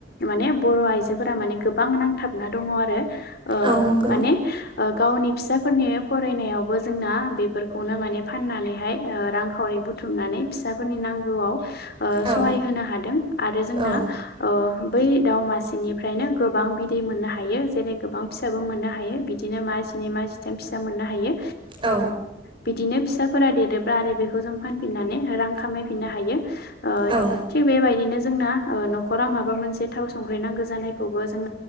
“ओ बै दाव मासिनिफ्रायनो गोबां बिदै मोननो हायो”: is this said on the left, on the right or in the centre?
Left